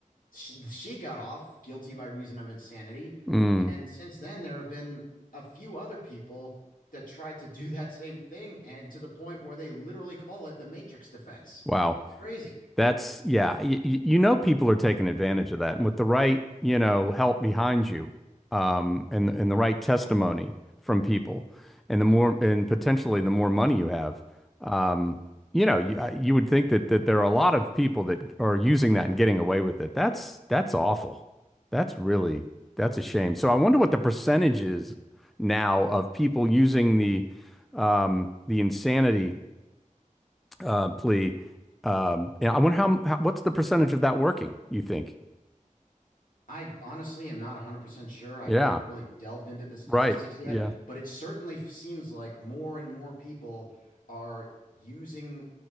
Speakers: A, on the left; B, in the centre.
A: She, she got off guilty by reason of insanity,
B: Mm.
A: and since then there have been a few other people that tried to do <laughs> that same thing, and to the point where they literally call it the Matrix defense.
B: Wow.
A: It's crazy.
B: That's yeah, you, you know people are taking advantage of that. And with the right, you know, help behind you, um, and and the right testimony from people, and the more and potentially the more money you have, um, you know, you, I- you would think that that there are a lot of people that are using that and getting away with it. That's that's awful. That's really that's a shame. So I wonder what the percentage is now of people using the um, the insanity uh, plea. Um, yeah, I wonder how, how what's the percentage of that working, you think?
A: I honestly am not 100% sure. I
B: Yeah,
A: haven't really delved into the statistics
B: right.
A: yet,
B: Yeah.
A: but it certainly seems like more and more people are using